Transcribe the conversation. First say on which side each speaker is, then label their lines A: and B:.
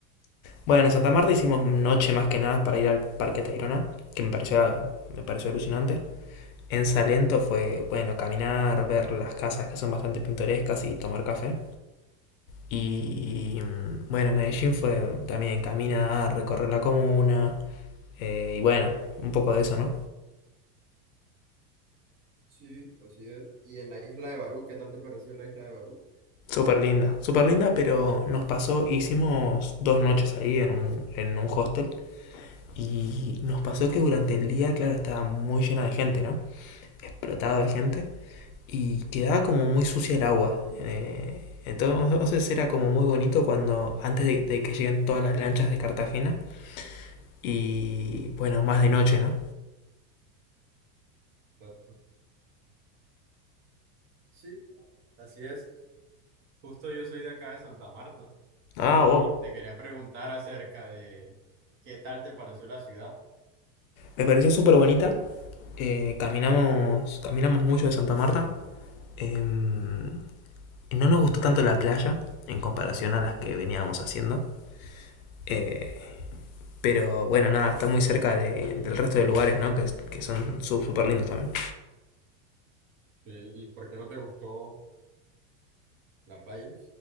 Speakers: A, on the left; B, on the right.
A: Bueno, en Santa Marta hicimos noche más que nada para ir al Parque Tayrona, que me pareció, me pareció alucinante. En Salento fue, bueno, caminar, ver las casas que son bastante pintorescas y tomar café. Y mm, bueno, Medellín fue también caminar, recorrer la comuna. eh, y bueno, un poco de eso, ¿no?
B: Sí, así es. ¿Y en la isla de Barú, qué tal te pareció la isla de Barú?
A: Súper linda, súper linda, pero nos pasó, hicimos dos noches ahí en un, en un hostel. Y nos pasó que durante el día, claro, estaba muy llena de gente, ¿no? explotado de gente y quedaba como muy sucia el agua. Eh, entonces era como muy bonito cuando antes de, de que lleguen todas las lanchas de Cartagena y bueno, más de noche, ¿no?
B: Exacto. Sí, así es. Justo yo soy de acá de Santa Marta
A: Ah,
B: y
A: wow.
B: te quería preguntar acerca de qué tal te pareció la ciudad
A: Me pareció súper bonita. Eh, caminamos, caminamos mucho de Santa Marta. Em, y no nos gustó tanto la playa en comparación a las que veníamos haciendo. Eh, pero bueno, nada, está muy cerca de- del resto de lugares, ¿no? Que, que son súper lindos también.
B: y y por qué no te gustó la playa.